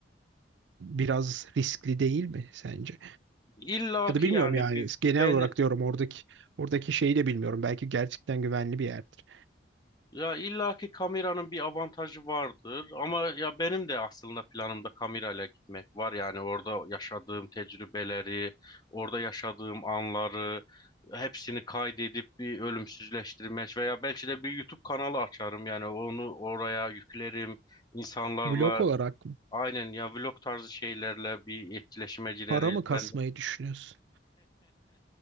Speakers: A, on the right; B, on the left.
A: biraz riskli değil mi sence?
B: İlla
A: Ya da
B: ki
A: bilmiyorum
B: yani
A: yani
B: bir
A: genel
B: belli
A: olarak diyorum oradaki oradaki şeyi de bilmiyorum. Belki gerçekten güvenli bir yerdir.
B: Ya illaki kameranın bir avantajı vardır ama ya benim de aslında planımda kamerayla gitmek var. Yani orada yaşadığım tecrübeleri, orada yaşadığım anları hepsini kaydedip bir ölümsüzleştirmek veya belki de bir YouTube kanalı açarım. Yani onu oraya yüklerim. insanlarla
A: Vlog olarak mı?
B: aynen ya vlog tarzı şeylerle bir etkileşime gireriz.
A: Para mı kasmayı
B: Ben de
A: düşünüyorsun?